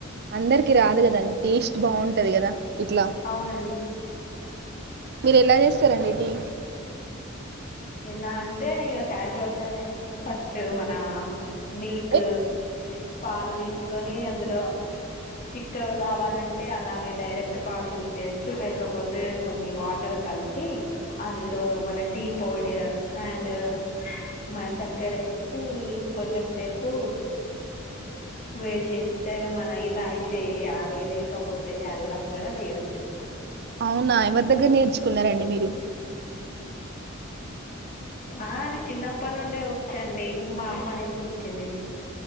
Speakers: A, on the right; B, on the left.
A: అందరికి రాదు కదా టేస్ట్ బాగుంటది కదా ఇట్లా
B: అవునండి
A: మీరు ఎలా చేస్తారండి టీ
B: ఎలా అంటే ఇగ క్యాజువల్ గానే ఫస్ట్ మన మిల్క్
A: ఏ
B: పాలు తీసుకొని అందులో చిక్కగ కావాలంటే అలాగే డైరెక్ట్ పాలు యూజ్ చేయొచ్చు లేకపోతే కొన్ని వాటర్ కలిపి అందులో మన టీ పౌడీర్ అండ్ మా చక్కర వేసి కొంచెం సేపు వేడి చేస్తే ఇగ మన ఇలా అయి చేయి <unintelligible> లేకపోతే అల్లం కూడా వేయొచ్చు
A: అవునా ఎవరి దగ్గర నేర్చుకున్నారండి మీరు
B: స ఆ అది చిన్నప్పటి నుండే వచ్చండి మా అమ్మ నేర్పిచ్చింది